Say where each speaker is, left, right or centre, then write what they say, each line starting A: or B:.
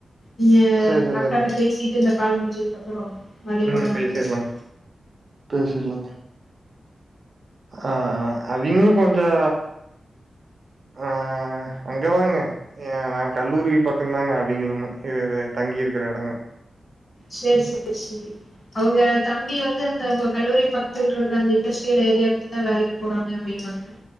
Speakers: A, on the left; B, on the right.
A: நீங்க
B: சேரி சேரி
A: அக்காட்ட
B: சேரிங்க
A: பேசி சிட்டு இந்த கால் முடிஞ்சதுக்கு அப்புறோ மறுபடி
B: ம்
A: கூட நம்ம
B: பேசிர்லா
A: பேசலா
B: பேசிர்லாங்க ஆ ஆ அது இன்னு கொஞ்சோ ஆ அங்கதாங்க ஏ நா கல்லூரி பக்கோதாங்க அவிங்களுமு இது இது தங்கிருக்கிற எடங்க
A: சேர் செரி செரி அவுங்க தம்பி வந்து அந்த உங்க கல்லூரி பக்கத்தில் இருக்கிற அந்த இண்டஸ்ட்ரியல் ஏரியாக்கு தா வேலைக்கு போறாங்க அப்டின்னாங்க ம்